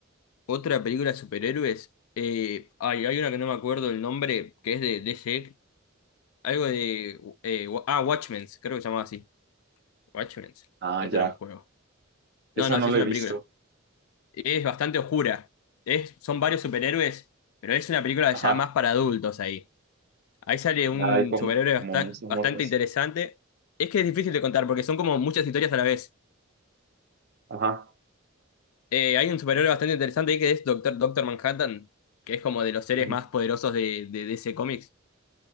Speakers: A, on the left (about 90°); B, on the right (about 50°).
A: Otra película de superhéroes. eh, ay, hay una que no me acuerdo el nombre, que es de DC. Algo de... eh, wa- ah, Watchmen, creo que se llamaba así. Watchmen.
B: Ah,
A: O eso
B: ya.
A: era un juego.
B: Esa
A: No, no,
B: no
A: sí
B: la
A: es una
B: he visto.
A: película. Es bastante oscura. Es, son varios superhéroes, pero es una película
B: Ajá.
A: ya más para adultos ahí. Ahí sale un
B: Hay como,
A: superhéroe basta-
B: como muchos
A: bastante
B: mordes.
A: interesante. Es que es difícil de contar porque son como muchas historias a la vez.
B: Ajá.
A: Eh, hay un superhéroe bastante interesante ahí que es Doctor, Doctor Manhattan, que es como de los seres
B: Ujú.
A: más poderosos de, de, DC Comics.